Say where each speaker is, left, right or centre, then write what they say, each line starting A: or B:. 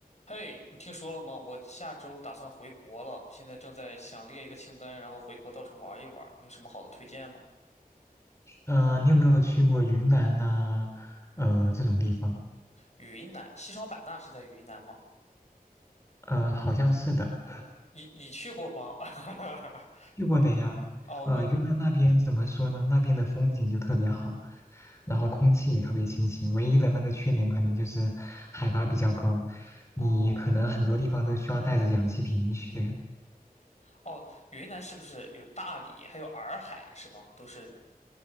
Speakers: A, on the left; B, on the left.
A: 嘿，你听说了吗？我下周打算回国了，我现在正在想列一个清单，然后回国到处玩一玩。有什么好的推荐吗？
B: 呃，你有没有去过云南呐、呃，这种地方？
A: 云南，西双版纳是在云南吗？
B: 呃，好像是的，
A: 你你去过吗？<laughs>
B: 去过的呀。
A: 哦，我
B: 呃，云南那边怎么说呢？那边的风景就特别好，然后空气也特别清新。唯一的那个缺点可能就是海拔比较高，你可能很多地方都需要带着氧气瓶去。
A: 哦哦，云南是不是有大理，还有洱海是吗？都是